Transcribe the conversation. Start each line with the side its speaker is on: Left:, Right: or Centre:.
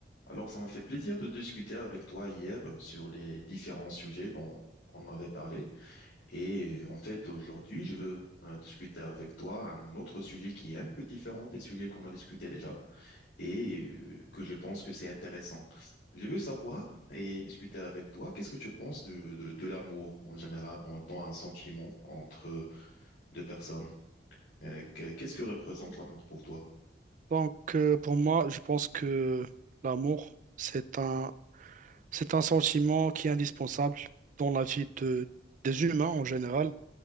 Left: Alors, ça m'a fait plaisir de discuter avec toi hier euh, sur les différents sujets dont on avait parlé. Et euh, en fait, aujourd'hui, je veux euh, discuter avec toi un autre sujet qui est un peu différent des sujets qu'on a discutés déjà et euh, que je pense que c'est intéressant. Je veux savoir et discuter avec toi, qu'est-ce que tu penses de, de, de l'amour en général, en tant un sentiment entre deux personnes? Euh, que- Qu'est-ce que représente l'amour pour toi?
Right: Donc, euh, pour moi, je pense que l'amour, c'est un, c'est un sentiment qui est indispensable dans la vie de, des humains en général.